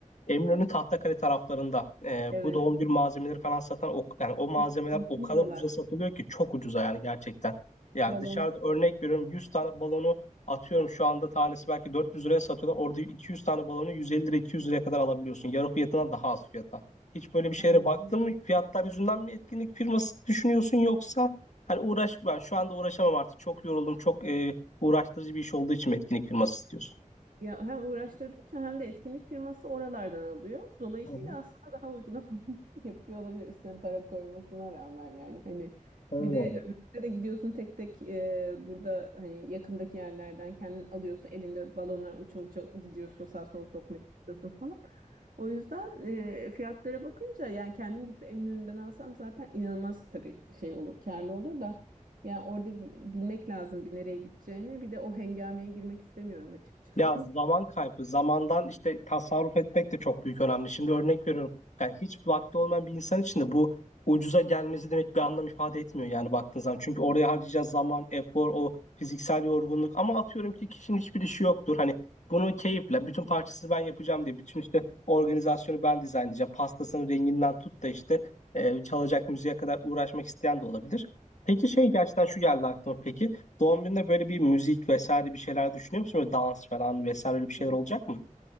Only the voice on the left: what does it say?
Eminönü
Tahtakale taraflarında e,
bu doğum bir malzemeleri falan satan o, yani o malzemeler
o
kadar ucuza satılıyor ki çok ucuza yani gerçekten. Yani
dışarıda örnek veriyorum 100 tane balonu atıyorum şu anda tanesi belki 400 liraya satıyorlar. Orada 200 tane balonu 150 lira 200 liraya kadar alabiliyorsun. Yarı fiyatına daha az fiyata. Hiç böyle bir şeylere
baktın mı? Fiyatlar yüzünden mi etkinlik firması düşünüyorsun yoksa hani uğraş ben şu anda uğraşamam artık. Çok yoruldum. Çok e, uğraştırıcı bir iş olduğu için mi etkinlik firması istiyorsun?
Hı hı.
Evet.
Ya zaman kaybı, zamandan işte tasarruf etmek de çok büyük önemli. Şimdi örnek veriyorum. Yani hiç vakti olmayan bir insan için de bu ucuza gelmesi demek bir anlam ifade etmiyor yani baktığın zaman. Çünkü oraya harcayacağız zaman, efor, o fiziksel yorgunluk. Ama atıyorum ki kişinin hiçbir işi yoktur. Hani bunu keyifle, bütün parçası ben yapacağım diye, bütün işte organizasyonu ben dizayn edeceğim. Pastasının renginden tut da işte e, çalacak müziğe kadar uğraşmak isteyen de olabilir. Peki şey gerçekten şu geldi aklıma peki. Doğum gününde böyle bir müzik vesaire bir şeyler düşünüyor musun? Böyle dans falan vesaire öyle bir şeyler
olacak mı?